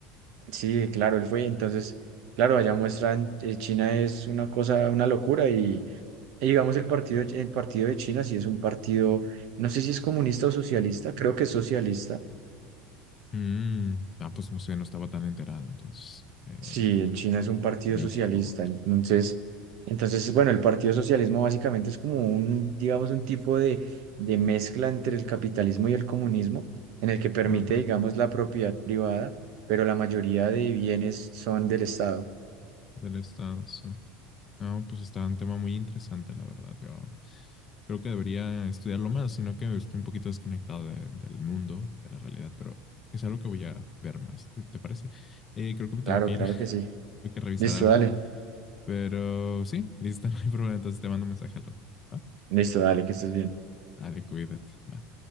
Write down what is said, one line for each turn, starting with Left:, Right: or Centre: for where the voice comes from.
Right: Sí, claro, él fue. Entonces, claro, allá muestran, eh, China es una cosa, una locura y Y digamos, el partido, de- el partido de China sí es un partido, no sé si es comunista o socialista, creo que es socialista.
Left: Mm, ah, pues no sé, no estaba tan enterado, entonces eh,
Right: Sí, en China es un partido
Left: me
Right: socialista.
Left: equivoqué.
Right: Entonces, entonces, bueno, el partido socialismo básicamente es como un, digamos, un tipo de, de mezcla entre el capitalismo y el comunismo, en el que permite,
Left: Ajá,
Right: digamos, la propiedad privada, pero la mayoría de bienes son del Estado.
Left: del estado, sí. Ah, pues está un tema muy interesante, la verdad. Yo creo que debería estudiarlo más, sino que estoy un poquito desconectado de- del mundo, de la realidad, pero es algo que voy a ver más, ¿te te parece? Eh, creo que me
Right: Claro,
Left: tengo que
Right: claro
Left: ir, <laughs>
Right: que sí.
Left: tengo que revisar
Right: Listo,
Left: algo,
Right: dale.
Left: pero sí, listo, <laughs> no hay problema, entonces te mando un mensaje al rato. ¿va?
Right: Listo, dale, que estés bien.
Left: Dale, cuídate, va.